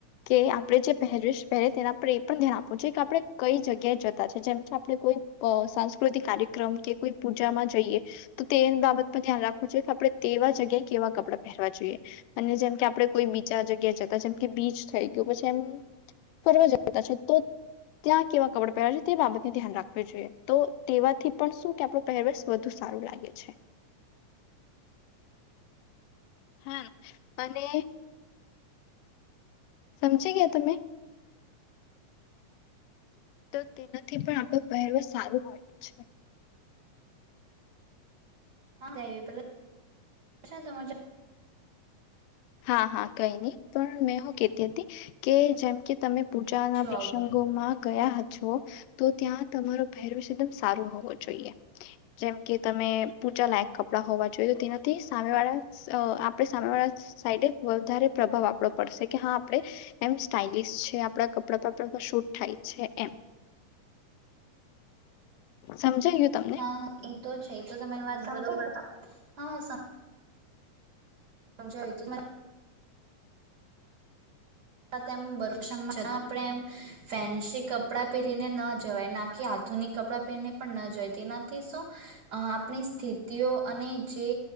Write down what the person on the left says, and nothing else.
કે આપણે જે પહેરવેશ પહેરી તેના પર એ પણ ધ્યાન આપવું જોઈ કે આપણે કઈ જગ્યાએ જતા છે, જેમ કે આપણે કોઈક સાંસ્કૃતિક કાર્યક્રમ કે કોઈ પૂજામાં જઈએ, તો તે બાબત પર ધ્યાન રાખવું જોઈએ કે આપણે તેવા જ જગ્યાએ કેવા કપડાં પહેરવા જોઈએ, અને જેમ કે આપ આપણે કોઈ બીજા જગ્યાએ જતા છે, જેમ કે બીચ થઈ ગયું, પછી એમ ફરવા જતા છે તો ત્યાં કેવા કપડા પહેર્યા જોઈ તે બાબતની ધ્યાન રાખવું જોઈએ, તો તેવાથી પણ શું કે આપણ પહેરવેશ વધુ સારું લાગે છે. હા, અને સમજી ગયા તમે? તો તેનાથી પણ આપડે પહેરવેશ સારું હોય છે.
હા, હા કઈ નહી, પણ મેં હું કેતી હતી કે જેમ કે તમે પૂજા ના
પ્રસંગો
માં ગયા હ છો તો ત્યાં તમારો પહેરવેશ એકદમ સારો હોવો જોઈએ. જેમ કે તમે પૂજા લાયક કપડા હોવા જોઈએ, તો તેનાથી સામે વાળા સ અહ આપડે સામે વાળા સાઈડે વધારે પ્રભાવ આપડો પડશે, કે હા આપડે એમ સ્ટાઇલિસ છે આપણા કપડા <unintelligible> શૂટ થાય છે એમ. સમજાયું તમને